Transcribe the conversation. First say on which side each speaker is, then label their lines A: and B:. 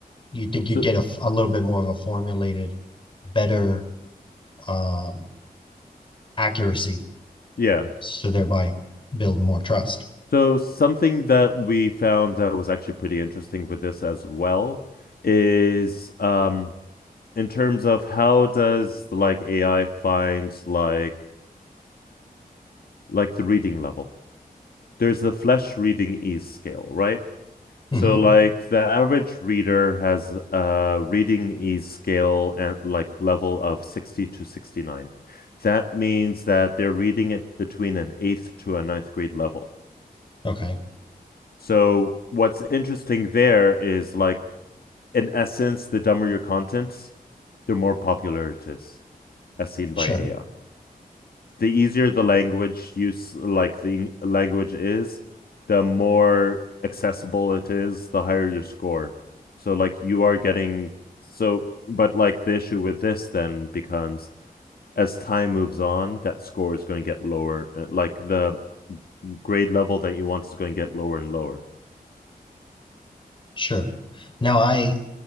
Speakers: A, on the left; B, on the left.
A: You'd think you'd
B: So
A: get a, f- a little bit more of a formulated, better um, accuracy,
B: yeah.
A: so thereby build more trust.
B: So something that we found that was actually pretty interesting with this as well is um in terms of how does like AI find like like the reading level. There's the flesh reading ease scale, right?
A: hmm
B: So like the average reader has a reading ease scale and like level of 60 to 69. That means that they're reading it between an eighth to a ninth grade level.
A: Okay,
B: So what's interesting there is like in essence, the dumber your content, the more popular it is, as seen
A: sure,
B: by AI. the easier the language use, like the language is, the more accessible it is, the higher your score. So like you are getting so, but like the issue with this then becomes as time moves on, that score is going to get lower. uh, Like the grade level that you want is going to get lower and lower.
A: sure. Now I